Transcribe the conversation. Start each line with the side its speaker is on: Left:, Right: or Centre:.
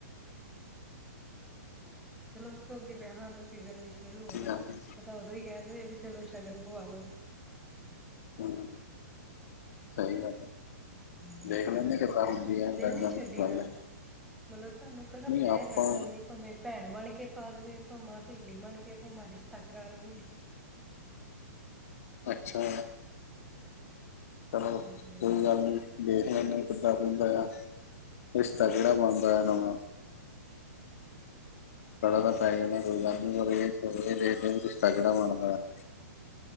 Centre: ਚਲੋ ਉਸ ਤੋਂ ਅੱਗੇ ਵਿਆਹਾਂ ਦਾ ਸੀਜ਼ਨ ਵੀ ਸ਼ੁਰੂ
Left: ਕੀ
Centre: ਹਾਂ।
Left: ਗੱਲ ਨੀ
Centre: ਬੰਦਾ ਉਦੋਂ ਵੀ ਕਹਿ ਦੇ ਸ਼ਗਨ ਪਵਾ ਲਓ
Left: ਹਾਂ ਸਹੀ ਗੱਲ ਹੈ।
Centre: <inaudible>
Left: ਦੇਖ ਲੈਂਦੇ ਕਿੱਦਾਂ ਹੁੰਦੀ <unintelligible>
Centre: ਦਿਲ ਨੀ ਛੱਡੀ ਦਾ ਮਤਲਬ ਤੁਹਾਨੂੰ ਕਿਹੜਾ
Left: ਨਹੀਂ
Centre: ਪੈ
Left: ਆਪਾਂ
Centre: ਜਾਣਾ ਅਗਲੀ ਭਾਵੇਂ ਭੈਣ ਬਣ ਕੇ ਪਾ ਦੇਵੇ ਭਾਵੇਂ ਸਹੇਲੀ ਬਣ ਕੇ ਭਾਵੇਂ ਰਿਸ਼ਤਾ ਕਰਾ ਲਵੇ
Left: ਅੱਛਾ ਚਲੋ
Centre: ਹੂੰ
Left: ਕੋਈ ਗੱਲ ਨੀ ਵੇਖ ਲੈਂਦੇ ਕਿਦਾ ਬਣਦਾ, ਰਿਸ਼ਤਾ ਜਿਹੜਾ ਬਣਦਾ ਨਵਾਂ <unintelligible>